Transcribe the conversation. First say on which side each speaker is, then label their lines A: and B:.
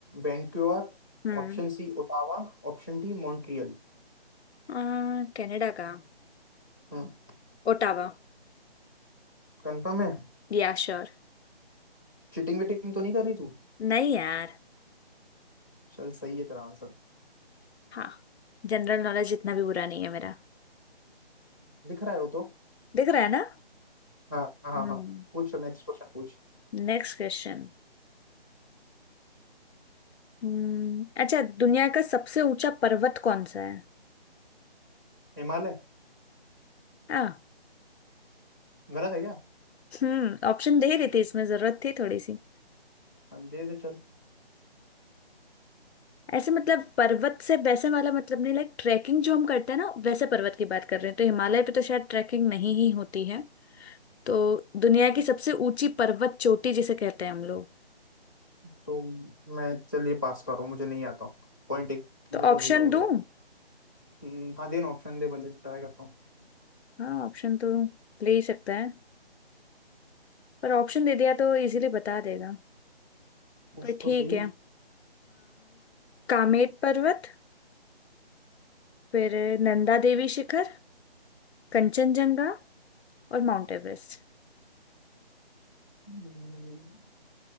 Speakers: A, on the left (about 20°); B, on the left (about 85°).
A: Vancouver
B: हम्म
A: option C Ottawa option D Montreal
B: आ, कनाडा का
A: हम्म
B: ओटावा
A: कंफर्म है
B: या श्योर
A: चीटिंग वीटिंग तो नहीं कर रही तू
B: नहीं यार
A: चल सही है तेरा आंसर
B: हाँ जनरल नॉलेज इतना भी बुरा नहीं है मेरा
A: दिख रहा है वो तो
B: दिख रहा है ना
A: हाँ हाँ
B: हम्म
A: हाँ पूछ नेक्स्ट क्वेश्चन पूछ
B: Next question हम्म अच्छा दुनिया का सबसे ऊंचा पर्वत कौन सा है
A: हिमालय
B: आ
A: गलत है क्या
B: हम्म ऑप्शन दे रही थी इसमें जरूरत थी थोड़ी सी
A: हाँ, ये दे चल
B: ऐसे मतलब पर्वत से वैसे वाला मतलब नहीं लाइक ट्रैकिंग जो हम करते हैं ना वैसे पर्वत की बात कर रहे हैं तो हिमालय पे तो शायद ट्रैकिंग नहीं ही होती है तो दुनिया की सबसे ऊंची पर्वत चोटी जिसे कहते हैं हम लोग
A: तो मैं चलिए पास कर रहा हूँ मुझे नहीं आता पॉइंट एक
B: तो
A: मेरा
B: ऑप्शन
A: जीरो हो
B: दूं
A: गया है। हम्म, हाँ देना ऑप्शन दे भले ट्राई करता हूँ
B: हाँ ऑप्शन तो ले ही सकता है पर ऑप्शन दे दिया तो इजीली बता देगा
A: पूछ
B: पर ठीक
A: तो सही
B: है आ, कामेट पर्वत फिर नंदा देवी शिखर कंचनजंगा और माउंट एवरेस्ट
A: हम्म,